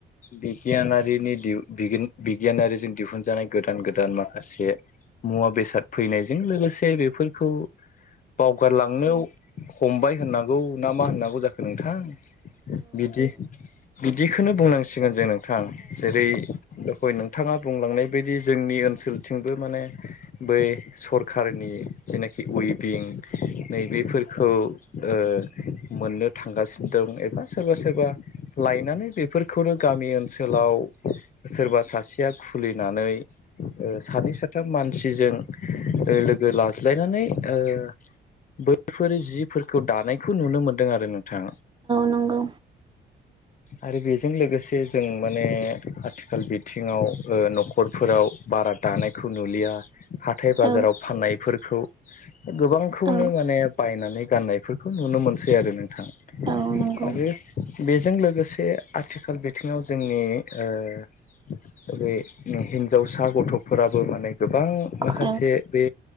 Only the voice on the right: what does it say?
नंगौ
औ
औ
औ नंगौ
औ